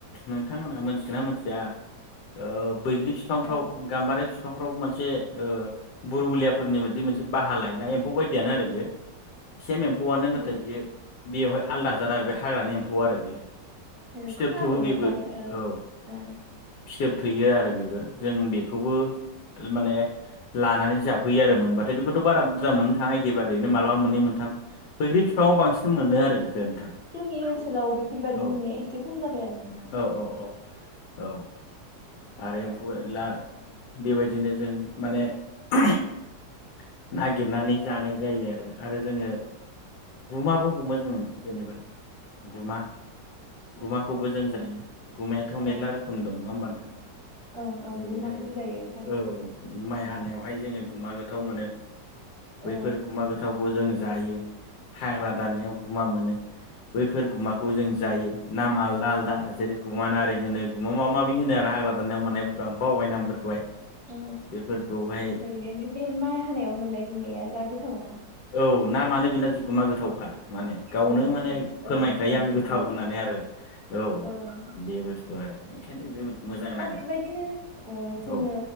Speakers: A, on the left; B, on the right.
A: नोंथांमोना मिथिगोना मोनथिया ओ बैग्रि बिफांफ्राव
B: औ
A: गाम्बारि फि बिफांफ्राव मोनसे ओ बुरबुलियाफोरनि मोन बिदि मोनसे बाहा लायोना एम्फौ बायदियानो आरो बियो सेम एम्फौआनो नाथाय
B: औ
A: बियो बेवहाय आलादा दा आरो बे हाग्रानि एम्फौ आरो बियो
B: औ
A: फिथोब
B: खोनादों
A: थोबो बेबो
B: नोंथां ओ
A: औ
B: ओं
A: <unintelligible> थोयो आरो बेबो जों बेखौबो माने लानानै जाफैयो आरो मोनबाथाय बेखौथ बारा बुरजा मोननो थाङा एखेबारेैनो मालाबा मोनै मोन थाम बैग्रि फिफाङाव बांसिन मोनो आरो बेखौ नोंथां।
B: जोंनि ओनसोलाव बेफोरबादि
A: औ
B: मोननाया एसे खम जाबाय आरो नोंथां।
A: औ औ औ औ आरो एम्फौ एला बेबायदिनो जों माने <unintelligible> नागिरनानै
B: अ
A: जानाय जायो आरो आरो जोङो गुमाबो हमो जोङो जेनेबा गुमा गुमाखौबो जों जायो। गुमायाथ'
B: अ
A: मेरला रोखोम दंङ नंङा होमबा? नोंथां
B: ओं ओं
A: जेरैहाय
B: गुमाखौबो जायो थारैनो
A: औ माइ नेवहाय जोङो गुमा गोथाव मोनो। बैफोर
B: औ
A: गुमा गोथावखौ जों जायो। हाग्रा
B: औ
A: दाननायाव गुमा मोनो। बैफोर गुमाखौ जों जायो। नामा आलदा आलदा
B: ओं
A: जेरै गुमाना होनो गुमा माबा माबि होनो आरो हाग्रा दाननायाव मोननायफोरखौ आं बावबाय नामफोरखौहाय
B: अ
A: बेफोरखौहाय
B: ओरैनो बे बे माइ हानायाव मोननाय गुमाया जा गो थावना
A: औ ना मानो बेना गुमा गोथावखा। माने गावनो
B: औ
A: माने फोरमायखायो
B: औ नाङानो
A: आं
B: बिदिना
A: गोथाव होननानै आरो औ
B: ओं
A: बे बुस्थु आरो ओंखायनो जोबोद मोजां
B: दा
A: नाङो
B: बेबायदिनो ओ जोङो
A: औ